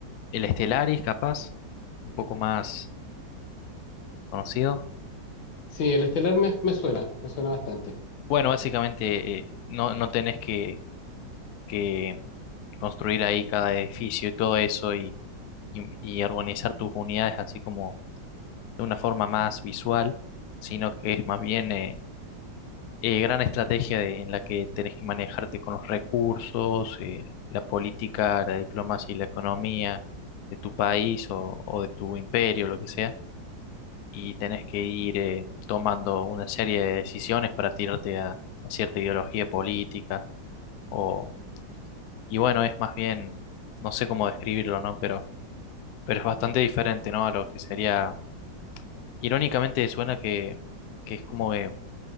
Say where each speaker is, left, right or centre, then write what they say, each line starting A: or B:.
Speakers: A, on the left (about 70°); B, on the left (about 90°).
A: el Stellaris, capaz, un poco más conocido.
B: Sí, el Estelar me, me suena, me suena bastante.
A: Bueno, básicamente eh, no, no tenés que, que construir ahí cada edificio y todo eso y, y organizar tus unidades así como de una forma más visual, sino que es más bien eh, eh, gran estrategia de- en la que tenés que manejarte con los recursos, eh, la política, la diplomacia y la economía de tu país o, o de tu imperio, lo que sea, y tenés que ir eh, tomando una serie de decisiones para tirarte a, a cierta ideología política o, y bueno, es más bien, no sé cómo describirlo, ¿no? Pero, pero es bastante diferente, ¿no? A lo que sería Irónicamente suena que, que es como que